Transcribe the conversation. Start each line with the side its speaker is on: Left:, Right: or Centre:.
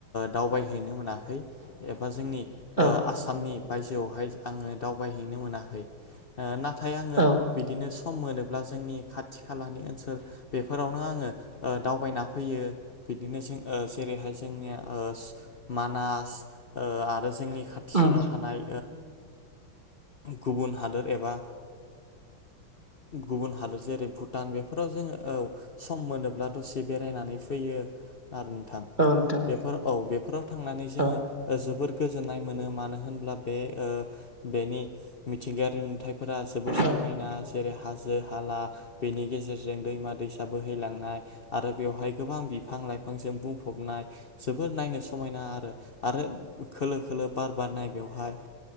Left: दावबायहैनो मोनाखै एबा जोंनि
Right: औ
Left: आसामनि बायजोआवहाय आङो दावबायहैनो मोनाखै नाथाय आङो
Right: औ
Left: बिदिनो सम मोनोब्ला जोंनि खाथि खालानि ओनसोल बेफोरावनो आङो दावबायना फैयो बिदिनो जों जेरैहाय जोंनिया मानास आरो जोंनि खाथिसिनाव
Right: उम
Left: थानाय गुबुन हादोर एबा गुबुन हादर जेरै' भुटान बेफोराव जोङो औ सम मोनोब्ला दसे बेरायनानै फैयो आरो नोंथां।
Right: औ नोंथां
Left: बेफोर औ बेफोराव थांनानै जोङो।
Right: औ
Left: ओ जोबोर गोजोननाय मोनो मानो होनब्ला बे ओ बेनि मिथिंगायारि नुथायफोरा जोबोर समायना
Right: औ
Left: जेरै' हाजो हाला बेनि गेजेरजों दैमा दैसा बोहैलांनाय आरो बेवहाय गोबां बिफां लाइफांजों बुंफबनाय जोबोर नायनो समायना आरो आरो खोलो खोलो बार बार नाय बेवहाय।